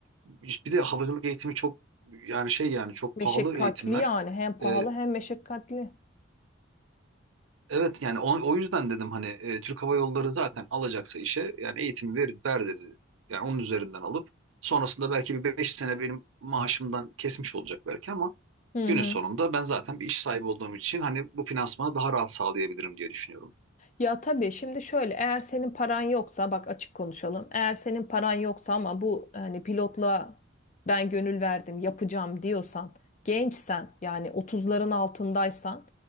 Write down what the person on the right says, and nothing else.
Bir de havacılık eğitimi çok yani şey yani çok
pahalı eğitimler.
Ee,
Evet yani o, o yüzden dedim hani e, Türk Hava Yolları zaten alacaksa işe yani eğitim ver, ver dedi. Yani onun üzerinden alıp sonrasında belki bir 5 sene benim maaşımdan kesmiş olacak belki ama
günün
sonunda ben zaten bir iş sahibi olduğum için hani bu finansmanı daha rahat sağlayabilirim diye düşünüyorum.